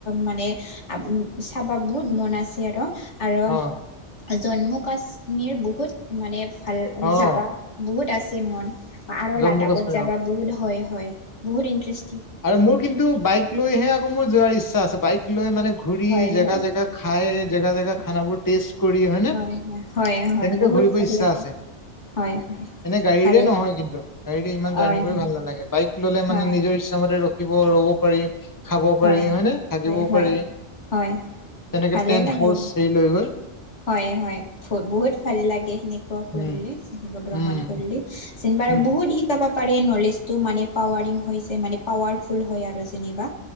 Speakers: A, on the left; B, on the left.
A: মানে চাবা বহুত মন আছে আৰু, আৰু
B: অ',
A: জম্মু কাশ্মীৰ বহুত মানে ভাল
B: অ',
A: যাবা বহুত আছে মন আৰু
B: জম্মু
A: লাডাখত
B: কাশ্মীৰ
A: যাবা
B: অ'।
A: বহুত হয়। হয় বহুত ইনট্ৰেছ
B: আৰু মোৰ কিন্তু বাইক লৈহে আকৌ মোৰ যোৱাৰ ইচ্ছা আছে, বাইক লৈ মানে ঘূৰি
A: হয়
B: জেগা
A: হয়
B: জেগাত। খাই জেগা, জেগা খানা বোৰ টেষ্ট কৰি হয়নে?
A: হয়, হয়, হয়
B: তেনেকে
A: বহুত
B: ঘূৰিব
A: ভাল
B: ইচ্ছা
A: লাগিল
B: আছে।
A: হয়।
B: এনে গাড়ীৰে
A: ভালে
B: নহয়, কিন্তু গাড়ীৰে ইমান
A: হয়
B: জাৰ্ণি কৰি
A: হয়
B: ভাল নালাগে, বাইক ল'লে মানে
A: হয়
B: নিজৰ মতে ৰখিব ৰ'ব পাৰি। খাব
A: হয়
B: পাৰি হয়নে, থাকিবও
A: হয় হয়
B: পাৰি,
A: হয়
B: তেনেকে
A: ভালে
B: তেন্ত
A: লাগে
B: হাউচ
A: আৰু
B: চে লৈ গৈ।
A: হয়, হয় বহুত ভালে লাগে, সেনেকুৱা
B: উম
A: কৰিলি সেনেকুৱা ভ্ৰমণ
B: উম
A: কৰিলি। চনিবাৰে
B: উম
A: বহুতিক চাব পাৰে নলেজটো মানে পাৱাৰিং হৈচে মানে পাৱাৰফুল হয় আৰু যেনিবা।